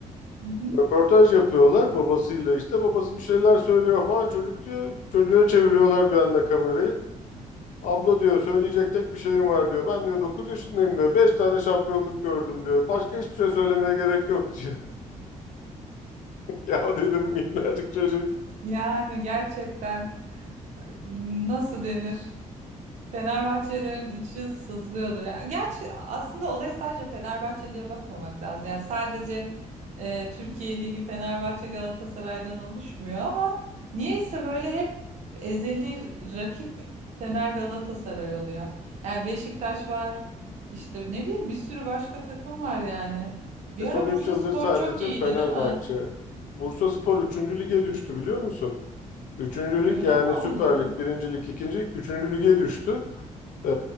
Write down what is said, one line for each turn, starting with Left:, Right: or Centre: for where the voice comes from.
Right: Hı hı.
Left: Röportaj yapıyorlar babasıyla işte. Babası bir şeyler söylüyor falan. Çocuk diyor çocuğa çeviriyorlar bir anda kamerayı. Abla diyor söyleyecek tek bir şeyim var diyor. Ben diyor 9 yaşındayım diyor. 5 tane şampiyonluk gördüm diyor. Başka hiçbir şey söylemeye gerek yok diyor. <laughs> Ya dedim minnacık çocuk.
Right: Yani gerçekten nasıl denir? Fenerbahçelerin içi sızlıyordur. Yani gerçi aslında olaya sadece Fenerbahçe diye bakmamak lazım. Yani sadece e, Türkiye Ligi Fenerbahçe Galatasaray'dan oluşmuyor ama niyeyse böyle hep ezeli rakip Fener Galatasaray oluyor. Yani Beşiktaş var. İşte ne bileyim bir sürü başka takım var yani. Bir
Left: E son
Right: ara Bursaspor
Left: 3 yıldır sadece
Right: çok iyiydi,
Left: Fenerbahçe.
Right: değil mi?
Left: Bursaspor üçüncü lige düştü biliyor musun? Üçüncü
Right: Öyle
Left: lig yani
Right: mi oldu?
Left: Süper Lig, 1. Lig, 2. Lig, 3. lige düştü. Ee,